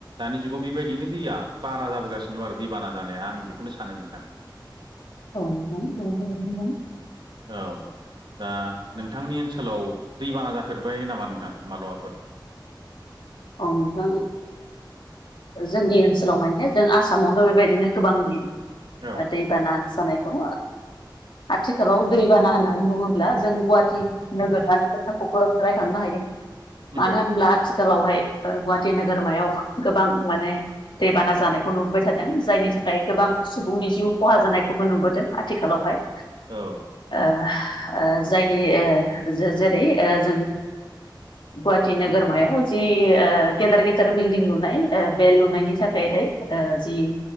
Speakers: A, on the right; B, on the left.
A: दानि जुगाव बेबायदिनो दैया बारा जाबोगासिनो दं आरो दैबाना जानाया आं बेखौनो सानो नोंथां
B: <unintelligible>
A: औ दा नोंथांनि ओनसोलाव दैबाना जाफेरबाय नामा नोंथां माबलाबाफोर
B: औ नोंथां जोंनि ओनसोलाव माने जों आसामावनो बेबायदिनो गोबांनि
A: औ
B: दैबाना जानायखौ आथिखालाव दैबाना होननानै बुङोब्ला जों गुवाहाटि नोगोरमानि खोथाखौबो रायखांनो हायो
A: नंगौ
B: मानो होनब्ला
A: नंगौ
B: आथिखालावहाय गुवाहाटि नोगोरमायाव गोबां माने दैबाना जानायखौ नुबोबाय थादों जायनि थाखाय गोबां सुबुंनि जिउ खहा जानायखौबो नुबोदों आथिखालावहाय
A: औ
B: ओ ओ जायनि ओ जेरै ओ जों गुवाहाटि नोगोरमायाव
A: औ
B: जि ओ गेदेर गेदेर बिल्डिं लुनाय बे लुनायनि थाखायहाय
A: नंगौ
B: ओ जि